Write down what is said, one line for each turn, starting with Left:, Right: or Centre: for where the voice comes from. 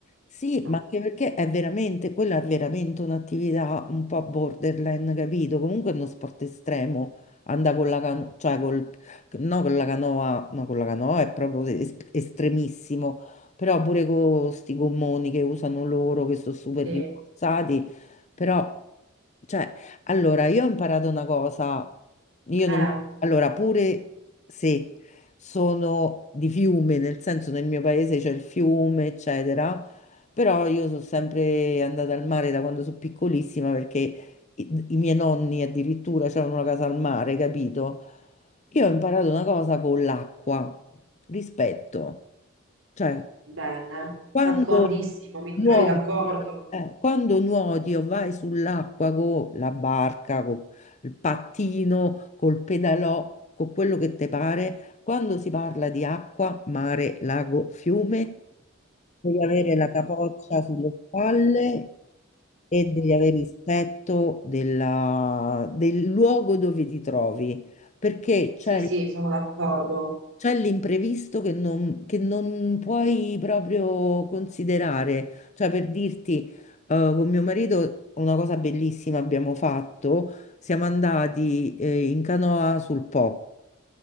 Left: Sì,
Right: no.
Left: ma anche perché è veramente, quella è veramente un'attività un po' borderline, capito? Comunque è uno sport estremo, anda con la canoa, cioè col, no con la canoa, no con la canoa è proprio es- estremissimo, però pure con questi gommoni che usano loro, che sono super
Right: Sì.
Left: rimborsati, però, cioè, allora, io ho imparato una cosa, io non,
Right: Eh.
Left: allora, pure se sono di fiume, nel senso nel mio paese c'è il fiume, eccetera, però io sono sempre andata al mare da quando sono piccolissima perché i, i miei nonni addirittura avevano una casa al mare, capito? Io ho imparato una cosa con l'acqua, rispetto. Cioè,
Right: Bene,
Left: quando
Right: d'accordissimo, mi
Left: nuoti,
Right: trovi d'accordo?
Left: eh, quando nuoti o vai sull'acqua con la barca, con il pattino, col pedalò, con quello che ti pare, quando si parla di acqua, mare, lago, fiume, devi avere la capoccia sulle spalle e devi avere rispetto della- del luogo dove ti trovi, perché c'è
Right: Sì, sì, sono d'accordo.
Left: c'è l'imprevisto che non, che non puoi proprio considerare. Cioè, per dirti, eh, con mio marito una cosa bellissima abbiamo fatto, siamo andati, eh, in canoa sul Po